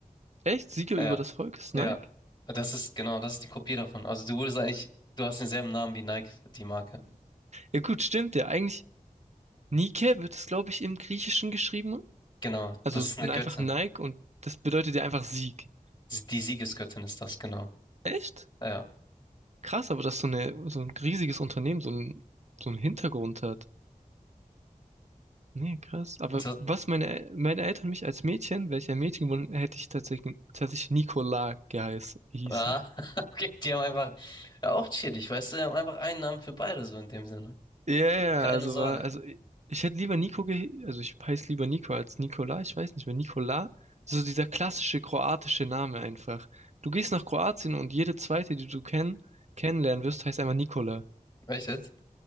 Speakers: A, on the right; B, on the left.
A: Echt? Sieger
B: ja,
A: über das Volk ist
B: ja,
A: Nike?
B: das ist, genau, das ist die Kopie davon, also du würdest eigentlich, du hast denselben Namen wie Nike, die Marke,
A: Ja gut, stimmt ja. Eigentlich Nike wird es, glaube ich, im Griechischen geschrieben.
B: genau,
A: Also
B: das ist eine
A: einfach
B: Göttin.
A: Nike und das bedeutet ja einfach Sieg.
B: Die Siegesgöttin ist das, genau.
A: Echt?
B: Ja.
A: Krass, aber dass so eine, so ein riesiges Unternehmen so ein, so einen Hintergrund hat. Nee, krass. Aber
B: Ist das,
A: was meine, El- meine Eltern mich als Mädchen, welcher Mädchen gewonnen, hätte ich tatsächlich, tatsächlich Nicola geheißen, hießen.
B: ah, <laughs> okay, die haben einfach, ja, auch chillig, weißt du, die haben einfach einen Namen für beide, so in dem Sinne.
A: Ja, ja,
B: Keine
A: ja, also
B: Sorge.
A: war, also ich, ich hätte lieber Niko, ge also ich heiße lieber Niko als Nikola, ich weiß nicht, mehr Nikola, so dieser klassische kroatische Name einfach. Du gehst nach Kroatien und jede zweite, die du kenn kennenlernen wirst, heißt einfach Nikola.
B: Echt jetzt?